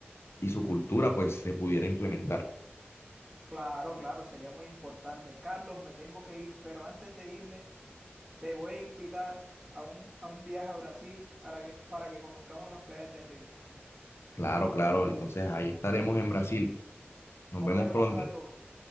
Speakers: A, on the left (about 80°); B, on the right (about 15°).
A: y su cultura pues se pudiera implementar.
B: Claro, claro, sería muy importante. Carlos, me tengo que ir, pero antes de irme, te voy a invitar a un, a un viaje a Brasil para que, para que conozcamos las playas de Río.
A: Claro, claro, entonces ahí estaremos en Brasil. Nos
B: Nos
A: vemos
B: vemos,
A: pronto.
B: Carlos.